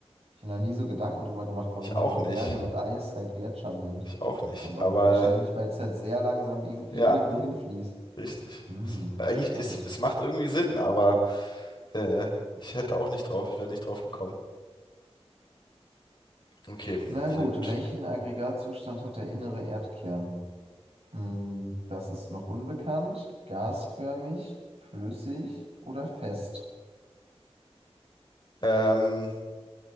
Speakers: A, on the right; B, on the left.
A: Ich habe noch nie so Gedanken drüber gemacht, warum
B: Ich
A: man
B: auch
A: so
B: nicht.
A: Berge mit Eis halt Gletscher nennt.
B: Ich auch nicht.
A: Aber
B: Aber
A: wahrscheinlich, weil es halt sehr langsam irgendwie
B: ja,
A: irgendwo hinfließt.
B: richtig.
A: Hm,
B: Es- Eigentlich,
A: spannend.
B: es, es macht irgendwie Sinn, aber äh, ich hätte auch nicht drauf, ich wäre nicht drauf gekommen. Okay,
A: Na gut,
B: sehr gut.
A: welchen Aggregatzustand hat der innere Erdkern? Hm, das ist noch unbekannt. Gasförmig, flüssig oder fest?
B: Ähm,